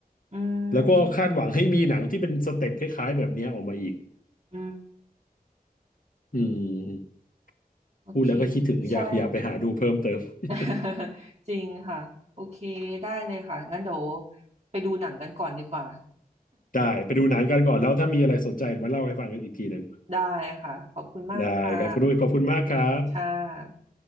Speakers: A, on the right (about 45°); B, on the left (about 60°).
A: อื
B: แล้วก็คาดหวังให้มีหนังที่เป็นสเต็ปคล้ายๆแบบเนี้ยออกมาอีก
A: ม อืม
B: อืม
A: โอเค
B: พูดแล้วก็คิดถึงอยากอยากไปหาดูเพิ่มเติม
A: ใช่
B: <laughs>
A: <laughs> จริงค่ะ โอเค ได้เลยค่ะ งั้นเดี๋ยวไปดูหนังกันก่อนดีกว่า
B: ได้ไปดูหนังกันก่อนแล้วถ้ามีอะไรสนใจเดี๋ยวมาเล่าให้ฟังกันอีกทีหนึ่ง
A: <laughs> ได้ค่ะ ขอบคุณมากค่ะ
B: ได้ครับคุณด้วยขอบคุณมากครับ
A: ค่ะ